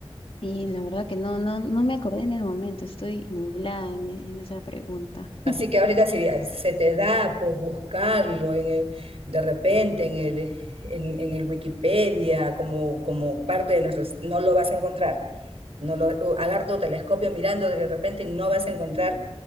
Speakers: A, on the left (about 65°); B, on the right (about 80°).
A: Y la verdad que no, no, no me acordé en el momento, estoy nublada en, e- en esa pregunta.
B: Así
A: <laughs>
B: que ahorita si se te da por buscarlo en el- de repente en el, en, en el Wikipedia como, como parte de nuestros, no lo vas a encontrar. No lo, agarra tu telescopio mirando de repente y no vas a encontrar